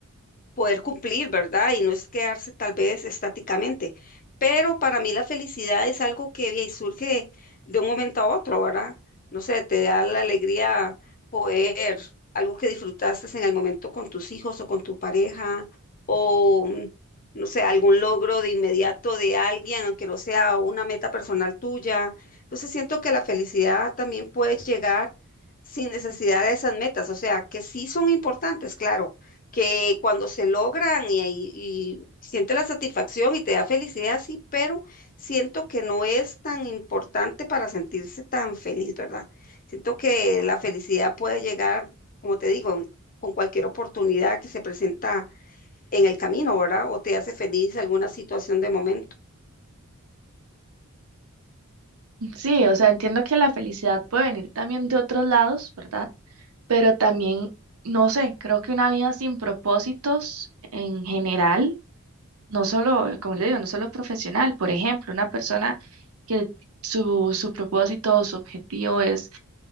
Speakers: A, on the left; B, on the right.
A: poder cumplir, ¿verdad? Y no es quedarse tal vez estáticamente. Pero para mí la felicidad es algo que y surge de un momento a otro, ¿verdad? No sé, te da la alegría poder, algo que disfrutaste en el momento con tus hijos o con tu pareja, o mm, no sé, algún logro de inmediato de alguien, aunque no sea una meta personal tuya. Entonces siento que la felicidad también puede llegar sin necesidad de esas metas, o sea, que sí son importantes, claro que cuando se logran y, ahí- y siente la satisfacción y te da felicidad, sí, pero siento que no es tan importante para sentirse tan feliz, ¿verdad? Siento que la felicidad puede llegar, como te digo, en- con cualquier oportunidad que se presenta en el camino, ¿verdad? O te hace feliz alguna situación de momento.
B: Sí, o sea, entiendo que la felicidad puede venir también de otros lados, ¿verdad? pero también, no sé, creo que una vida sin propósitos en general, no solo, eh, como le digo, no solo profesional, por ejemplo, una persona que su, su propósito o su objetivo es